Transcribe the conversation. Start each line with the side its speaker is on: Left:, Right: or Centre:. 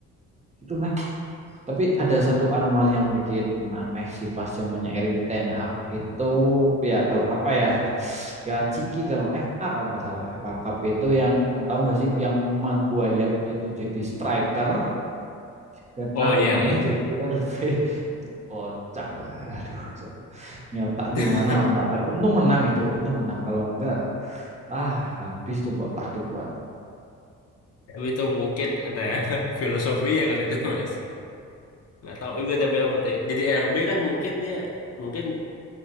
Right: Itu tapi ada satu anomali yang bikin aneh sih pas zamannya Erik Ten Hag itu piala apa ya? Piala Ciki kalau FA kalau nggak salah FA Cup itu yang tahu nggak sih yang Maguire itu jadi striker dan
Left: Oh
Right: Anthony
Left: iya iya.
Right: jadi LV itu kocak. Aduh, ini otak
Left: <laughs>
Right: di mana otak? Tapi untung menang itu, untung menang. Kalau enggak, ah habis tuh buat taktik buat.
Left: Tapi itu mungkin ada <laughs> filosofinya kali itu mas. Nggak tahu juga tapi apa tuh. ya. Jadi RB kan mungkin dia mungkin